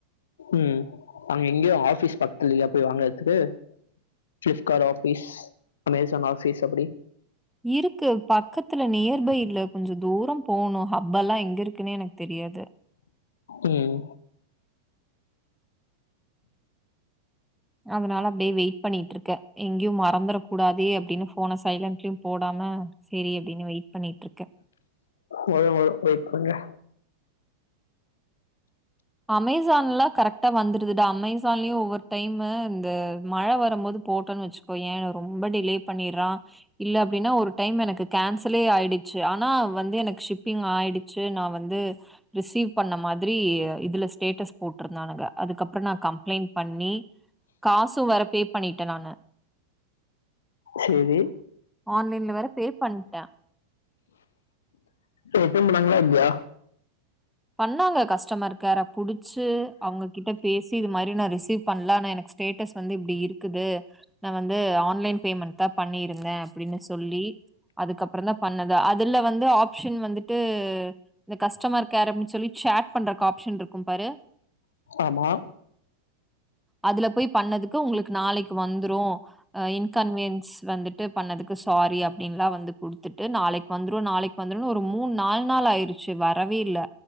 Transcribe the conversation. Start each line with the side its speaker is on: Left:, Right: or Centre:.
Left: ம் அங்க எங்கயும் ஆபீஸ் பக்கத்துலய போய் வாங்கறதுக்கு ஃபிலிப்காட் ஆஃபிஸ் அமேசான் ஆஃபிஸ் அப்டி
Centre: இருக்கு பக்கத்துல நியர்பைல கொஞ்சம் தூரம் போணும் ஹப்பல்லா எங்க தினே எனக்கு தெரியாது
Left: ம்
Centre: அதுனால அப்டியே வெயிட் பண்ணிட்ருக்கே எங்கயும் மறந்துற கூடாதே அப்டின்னு போன சைலன்ட்ல போடாம சேரி அப்டின்னு வெயிட் பண்ணிட்டுருக்கே
Left: மழ வரும் வெயிட் பண்ணுங்க
Centre: அமேசான்ல்லா கரெக்டா வந்துருதுடா அமேசான்லயும் ஒவ்வொரு டைம் இந்த மழ வரும்போது போட்டோன்னு வச்சுக்கோயேன் ரொம்ப டிலே பண்ணிறான் இல்ல அப்டின்னா ஒரு டைம் எனக்கு கேன்சலே ஆயிடுச்சு ஆனா வந்து எனக்கு ஷிப்பிங் ஆயிடு ச்சு நா வந்து ரிசீவ் பண்ண மாதிரி இதுல ஸ்டேட்டஸ் போட்டிருந்தானுங்க அதுக்கப்றோ நா கம்ப்ளைண்ட் பண்ணி காசு வேற பே பண்ணிட்டேன் நானு
Left: சேரி
Centre: ஆன்லைன்ல வேற பே பண்டேன்
Left: ரிடென் பண்ணாங்களா இல்யா
Centre: பண்ணாங்க கஸ்டமர் கேர புடிச்சு அவுங்ககிட்ட பேசி இது மாரி நா ரிசீவ் பண்ல எனக்கு ஸ்டேட்டஸ் வந்து இப்டி இருக்குது நா வந்து ஆன்லைன் பேமெண்ட் தா பண்ணியிருந்தே அப்டின்னு சொல்லி அதுக்கப்றோ தா பண்ணது அதுல வந்து ஆப்ஷன் வந்துட்டு இந்த கஸ்டமர் கேர் அப்டின்னு சொல்லி சேட் பண்றக்கு ஆப்ஷன் இருக்கும் பாரு
Left: ஆமா
Centre: அதுல போய் பண்ணதுக்கு உங்களுக்கு நாளைக்கு வந்துரு அ இன்கன்வியன்ஸ் வந்துட்டு பண்ணதுக்கு சாரி அப் அப்டின்னுலா வந்து குடுத்துட்டு நாளைக்கு வந்துரும் நாளைக்கு வந்துரும்னு ஒரு மூணு நாலு நாள் ஆயிருச்சு வரவே இல்ல